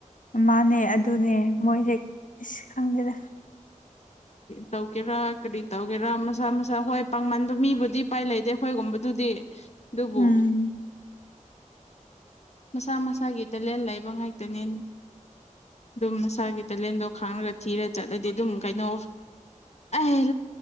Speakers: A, on the left (about 75°); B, on the left (about 55°).
A: ꯏꯃꯥꯅꯦ ꯑꯗꯨꯅꯦ ꯃꯣꯏꯁꯦ ꯑꯁ ꯈꯪꯗꯦꯗ
B: ꯇꯧꯒꯦꯔꯥ ꯀꯔꯤ ꯇꯧꯒꯦꯔꯥ ꯃꯁꯥ ꯃꯁꯥ ꯍꯣꯏ ꯄꯥꯡꯃꯟꯕ ꯃꯤꯕꯨꯗꯤ ꯎꯄꯥꯏ ꯂꯩꯇꯦ ꯑꯩꯈꯣꯏ ꯑꯗꯨꯒꯒꯨꯝꯕꯗꯨꯗꯤ ꯑꯗꯨꯕꯨ
A: ꯎꯝ
B: ꯃꯁꯥ ꯃꯁꯥꯒꯤ ꯇꯦꯂꯦꯟ ꯂꯩꯕ ꯉꯥꯛꯇꯅꯦ ꯑꯗꯨꯝ ꯅꯁꯥꯒꯤ ꯇꯦꯂꯦꯟꯗꯣ ꯈꯥꯡꯉꯒ ꯊꯤꯔ ꯆꯠꯂꯗꯤ ꯑꯗꯨꯝ ꯀꯩꯅꯣ ꯑꯩ